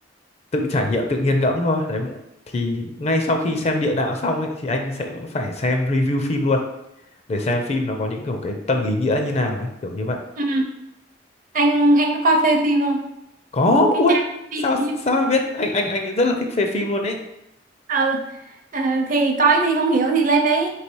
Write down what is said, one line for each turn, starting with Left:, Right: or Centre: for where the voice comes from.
Left: tự trải nghiệm tự nghiền ngẫm thôi đấy thì ngay sau khi xem địa đạo xong ấy thì anh sẽ phải xem review phim luôn để xem phim nó có những kiểu cái tầng ý nghĩa như nào ấy kiểu như vậy
Right: ừ. anh anh có coi phê phim không
Left: có
Right: cái
Left: ui
Right: trang phim
Left: sao
Right: ừ
Left: sao em biết anh anh anh rất là thích phê phim luôn ấy
Right: ờ, ờ, thì coi thì không hiểu thì lên đấy